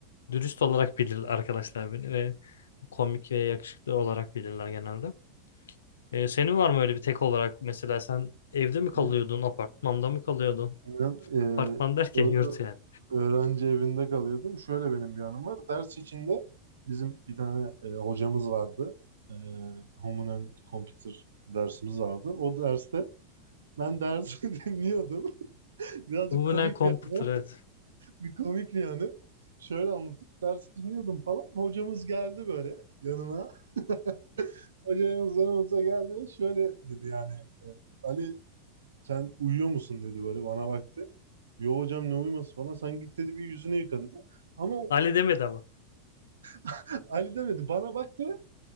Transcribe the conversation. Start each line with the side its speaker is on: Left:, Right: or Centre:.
Left: Dürüst olarak bilir arkadaşlar beni ve komik ve yakışıklı olarak bilirler genelde. Ee, senin var mı öyle bir tek olarak mesela sen evde mi kalıyordun,
Right: Ben,
Left: apartmanda mı kalıyordun?
Right: e,
Left: Apartman derken
Right: ö-
Left: yurt yani.
Right: öğrenci evinde kalıyordum. Şöyle benim bir anım var. Ders içinde bizim bir tane e, hocamız vardı. E, Human and Computer dersimiz vardı. O derste ben dersi <laughs> dinliyordum. Birazcık
Left: Umumen
Right: komik
Left: komputer
Right: bir anı.
Left: evet.
Right: Bir komik bir anı. Şöyle anlatayım. Dersi dinliyordum falan. Hocamız geldi böyle yanıma. <laughs> Hocamız yanımıza geldi ve şöyle dedi yani. e, Ali sen uyuyor musun dedi böyle bana baktı. Yo hocam ne uyuması falan. Sen git dedi bir yüzünü yıka dedi. Ama o-
Left: Ali demedi ama.
Right: <laughs> Ali demedi. Bana baktı.